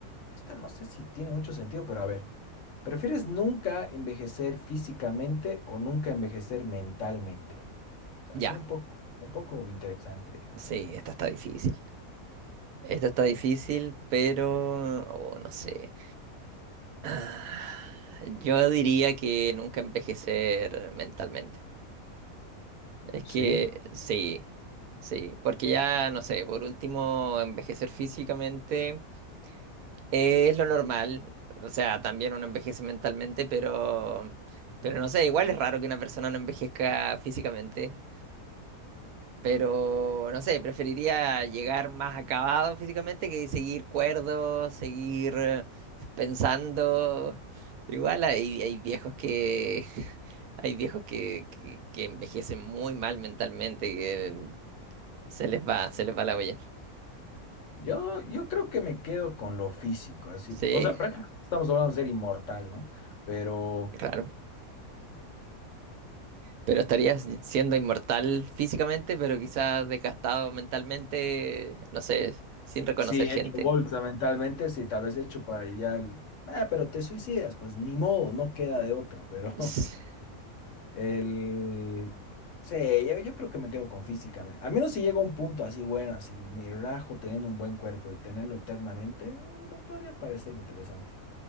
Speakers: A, on the left; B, on the right.
A: esta no sé si tiene mucho sentido, pero a ver, ¿prefieres nunca envejecer físicamente o nunca envejecer mentalmente? Así
B: Ya,
A: un poco, un poco interesante, digamos,
B: sí,
A: la pregunta.
B: esta está difícil. Esta está difícil, pero oh, no sé. Ah, Yo diría que nunca envejecer mentalmente. Es que
A: Sí,
B: sí, sí, porque ya, no sé, por último, envejecer físicamente es lo normal. O sea, también uno envejece mentalmente, pero, pero no sé, igual es raro que una persona no envejezca físicamente. Pero no sé, preferiría llegar más acabado físicamente que seguir cuerdo, seguir eh, pensando. Igual hay, hay viejos que <laughs> hay viejos que, que, que envejecen muy mal mentalmente, que se les va, se les va la olla.
A: yo, yo creo que me quedo con lo físico, así.
B: Sí,
A: O sea, prácticamente estamos hablando de ser inmortal, ¿no? Pero,
B: claro. Pero estarías siendo inmortal físicamente, pero quizás desgastado mentalmente, no sé, sin reconocer
A: Sí,
B: gente.
A: hecho bolsa mentalmente, sí, tal vez hecho para ya el, "Ah, pero te suicidas, pues ni modo, no queda de otra, pero
B: <laughs>
A: <laughs> el, sí, yo, yo creo que me quedo con físicamente, al menos si llega un punto así bueno, así me rajo teniendo un buen cuerpo y tenerlo eternamente, eh, me podría parecer interesante.